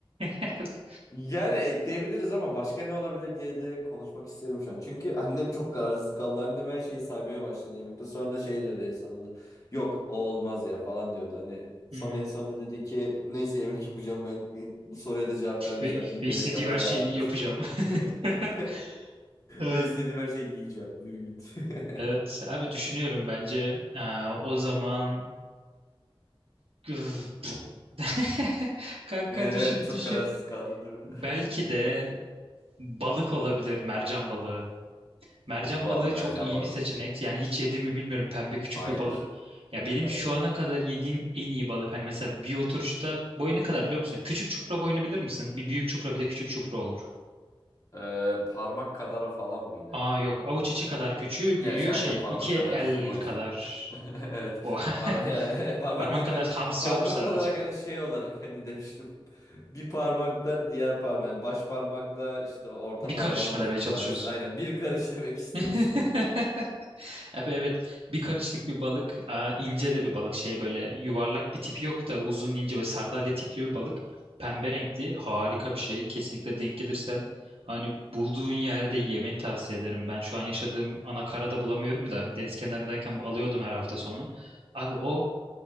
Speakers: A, on the right; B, on the left.
A: <laughs>
B: Yani ekleyebiliriz ama başka ne olabilir diye de konuşmak isterim şu an. Çünkü annem çok kararsız kaldı. Annem her şeyi saymaya başladı yemekte. Sonra şey diyordu en sonunda. Yok o olmaz ya falan diyordu. Hani son
A: Hı hı.
B: en sonunda dedi ki neyse yemek yapacağım ben e, bu soruya da cevap vermeyeceğim
A: Ve,
B: deyip
A: ve
B: yemek
A: istediğim
B: yapmaya
A: her şeyi
B: devam
A: iyi
B: et.
A: yapacağım.
B: <laughs>
A: <laughs> Ee.
B: Ve istediğim her şeyi yiyeceğim. Yürü git.
A: Evet
B: <laughs>
A: abi düşünüyorum bence Aa, o zaman Üf, pf. <laughs> kanka
B: Yani
A: düşün
B: evet çok
A: düşün.
B: kararsız kaldı değil mi?
A: Belki de balık olabilir mercan balığı. Mercan
B: Vav
A: balığı
B: mercan
A: çok iyi
B: balığı.
A: bir seçenek. Yani hiç yedim mi bilmiyorum. Pembe küçük
B: Hayır.
A: bir balık. Ya benim
B: Hayır.
A: şu ana kadar yediğim en iyi balık. Hani mesela bir oturuşta boyu ne kadar biliyor musun? Küçük çupra boyunu bilir misin? Bir büyük çupra bir de küçük çupra olur.
B: Ee, parmak kadar falan mıydı?
A: Aa yok. Avuç içi kadar küçüğü,
B: Yani
A: büyüğü
B: şey aynen
A: şey
B: parmak
A: iki
B: kadar
A: el
B: dedim oydu.
A: kadar.
B: <laughs> Evet.
A: O
B: Parmak
A: <laughs>
B: <laughs> parmak
A: parmak
B: dedim
A: kadar
B: hani
A: hamsi
B: parmak
A: olur sadece.
B: olarak hani şey olarak hani demiştim. Bir parmaktan diğer parmak yani baş parmakla işte orta
A: Bir
B: parmağın
A: karış mı
B: uzunluğu
A: demeye çalışıyorsun?
B: arası. Aynen bir karış demek istemiştim.
A: <laughs> <laughs> Evet evet bir karışlık bir balık Aa, ince de bir balık şey böyle yuvarlak bir tipi yok da uzun ince böyle sardalya tipli bir balık pembe renkli harika bir şey kesinlikle denk gelirsen hani bulduğun yerde yemeni tavsiye ederim ben şu an yaşadığım anakarada bulamıyorum da deniz kenarındayken alıyordum her hafta sonu abi o